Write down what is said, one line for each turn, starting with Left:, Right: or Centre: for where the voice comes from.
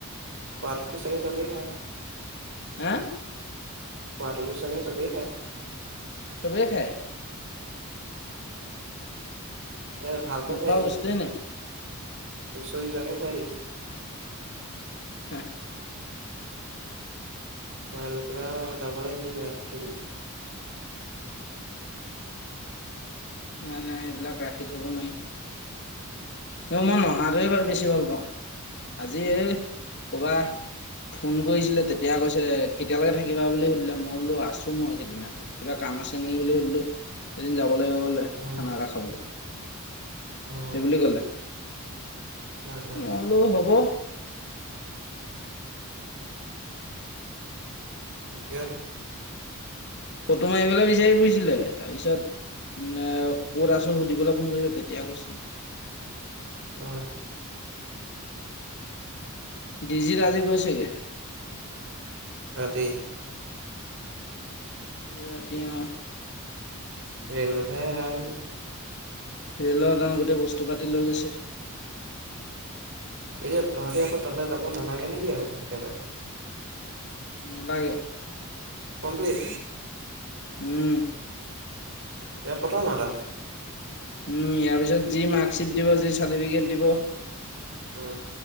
Right: পাৰটো চাগে চবেই খায়
Left: হেএ
Right: খোৱাটো কি চাগে চবেই খাই
Left: চবেই খাই
Right: এ ভালকে
Left: নোখোৱা
Right: খুৱাই দিম
Left: বস্তুৱে নাই
Right: চুচৰি যোৱাকে খোৱাই দিবি
Left: হা
Right: <unintelligible> যাবলৈ নিদিবি ৰাখি থৈ দিবি
Left: নাই নাই এইবিলাক ৰাখি থ'ব নোৱাৰি মই নহা টোৱে ভা বেছি ভাল পাওঁ আজি এই ক'বাত ফোন কৰিছিলে তেতিয়া কৈছে কেতিয়ালৈকে থাকিবা বুলি সুধিলে মই বোলো আছো মই কেইদিনমান কিবা কাম আছে নেকি বুলি সুধিলো এদিন যাব লাগিব বোলে
Right: অ
Left: খানা এটা খাবলে
Right: অ
Left: সেই
Right: অ
Left: বুলি কলে
Right: উম, উম,
Left: মই বোলো হব
Right: থিকে
Left: ফটো মাৰি পেলাই বিচাৰি ফুৰিছিলে তাৰপিছত মে ক'ত আছো দিবলৈ ফোন কৰিছিল তেতিয়া কৈছিলে
Right: অ
Left: ডিজিত আজি গৈছে গে
Right: ৰাতি
Left: আজি ৰাতি অ
Right: ৰেলতহে আহিব
Left: ৰেলৰ ডা গোটেই বস্তু পাতি লৈ গৈছে
Right: এতিয়া তহঁতি আকৌ তালৈ যাব নালাগে নেকি আৰু একেবাৰে
Left: নেলাগে
Right: কমপ্লিট
Left: উম
Right: এয়া খতম আ তাত
Left: উম ইয়াৰ পিছত যি মাৰ্কশ্বিট দিব যি চাৰ্টিফিকেট দিব
Right: উ